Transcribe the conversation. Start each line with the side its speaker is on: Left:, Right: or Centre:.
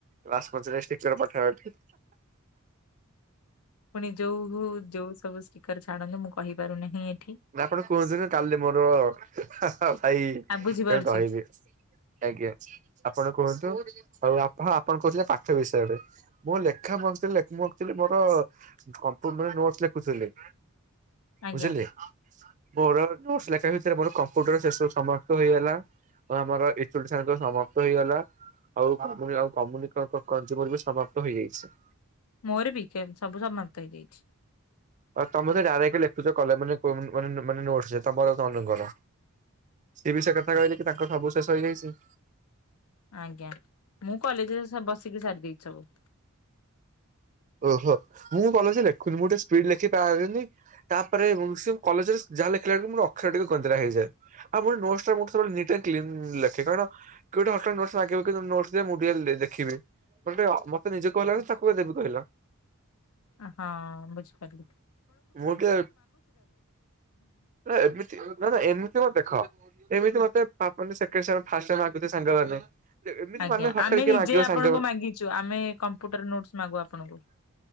Right: କ୍ଲାସ <unintelligible> <unintelligible> ପାଖା ପାଖି।
Left: ପୁଣି ଯୋଉ ହଉ ଯୋଉ ସବୁ ଷ୍ଟିକର ଛାଡ଼ନ୍ତୁ ମୁଁ କହିପାରୁନାହିଁ। ଏଠି।
Right: ଆପଣ କୁହନ୍ତୁନି କାଲି ମୋର ଭାଇ
Left: ଆ ବୁଝିପାରୁଛି
Right: କଣ କହିବି? ଆଜ୍ଞା ଆପଣ କୁହନ୍ତୁ ଆଉ ଆପଣ ଆପଣ କହୁଥିଲେ ପା ସେ ବିଷୟରେ ମୁଁ ଲେଖା ମୁଁ ଆକଚୁଲି ମୋର <unintelligible> ବୁଝିଲି
Left: ଆଜ୍ଞା
Right: ବୁଝିଲି ମୋର ନୋଟସ ଲେଖା ଭିତରେ ମୋର କମ୍ପ୍ୟୁଟର ସେ ସବୁ ସମାପ୍ତ ହେଇଗଲା। ଓ ଆମର ଏଚ୍ ଓ ଡି ସାର୍ ଙ୍କର ସମାପ୍ତ ହେଇଗଲା। ଆଉ ଆମରି ଆଉ କମୁନି <unintelligible> ସମାପ୍ତ ହେଇଯାଇଚି।
Left: ମୋର ବି କେ ସବୁ ସମାପ୍ତ ହେଇ ଯାଇଯାଇଚି।
Right: ଆଉ ତମେ ତ ଡାଇରେକ୍ଟ ଲେଖୁଚ <unintelligible> ମାନେ ନୋଟସ ତମର ତନୁଙ୍କର। ସିଏ ବି ସେ କଥା କହିଲେ କି ତାଙ୍କ ସବୁ ଶେଷ ହେଇଯାଇଚି।
Left: ଆଜ୍ଞା ମୁଁ କଲେଜରେ ସ ବସିକି ସାରି ଦେଇଚି ସବୁ।
Right: ଓହୋ ମୁଁ କଲେଜରେ ଲେଖୁନି ମୁଁ ଟିକେ ସ୍ପିଡ ଲେଖି ପାରେନି ତାପରେ ଉଁ ସେ କଲେଜରେ ଲେଖିଲା ବେଳକୁ ମୋ ଅକ୍ଷର ଟିକେ ଗନ୍ଦରା ହେଇଯାଏ ଆଉ ମୁଁ ନୋଟସ୍ ସବୁବେଳେ ନିଟ ଆଣ୍ଡ କ୍ଲିନ ଲେଖେ କାରଣ ଗୋଟେ ହଠାତ୍ ନୋଟ ମାଗିବ କିନ୍ତୁ ତୋ ନୋଟସ ଦେ ମୁଁ ଟିକେ ଲେ ଦେଖିବି ମତେ ଟିକେ ଅ ମତେ ନିଜେ କୁହ ତାକୁ କଣ ଦେବି କହିଲ?
Left: ହଁ ବୁଝି ପାରିଲି।
Right: ମୁଁ ଟିକେ ନା ଏମିତି ନା ନା ଏମିତି ହବ ଦେଖ ଏମିତି ମତେ ତାପରେ ସେକେଣ୍ଡ ସାଙ୍ଗ ଫାଷ୍ଟ ମାଗୁଥିବେ ସାଙ୍ଗମାନେ ଏ ଏମିତି
Left: ଆଜ୍ଞା
Right: ମାନେ ହଠାତ୍
Left: ଆମେ
Right: କିଏ
Left: ନିଜେ
Right: ମାଗିବ
Left: ଆପଣଙ୍କୁ
Right: ସାଙ୍ଗମାନେ
Left: ମାଗିଛୁ ଆମେ କମ୍ପ୍ୟୁଟର ନୋଟସ୍ ମାଗୁ ଆପଣଙ୍କୁ।